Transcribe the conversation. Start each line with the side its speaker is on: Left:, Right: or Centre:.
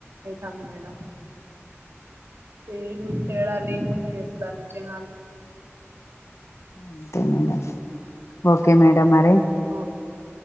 Right: అవును మేడం ఏడు తేడా లేకుండా చేస్తాలు ఈ జనాలు
Left: అంతే మేడం ఓకే మేడం మరి
Right: ఓకే మేడం